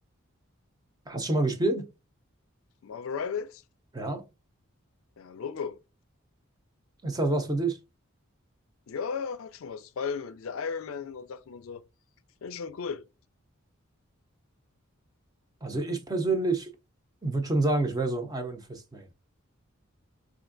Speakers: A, on the right; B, on the left.
A: Hast du schon mal gespielt?
B: Marvel Rivals?
A: Ja.
B: Ja, Logo.
A: Ist das was für dich?
B: Ja, ja, hat schon was. Vor allem diese Iron Man und Sachen und so. Finde ich schon cool.
A: Also ich persönlich würde schon sagen, ich wäre so ein Iron Fist Main.